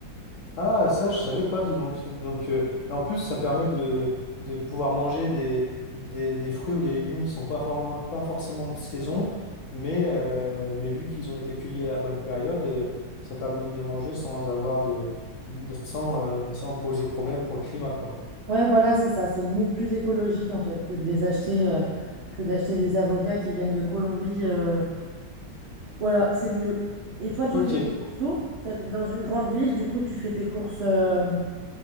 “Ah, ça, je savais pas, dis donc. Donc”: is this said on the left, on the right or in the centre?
Left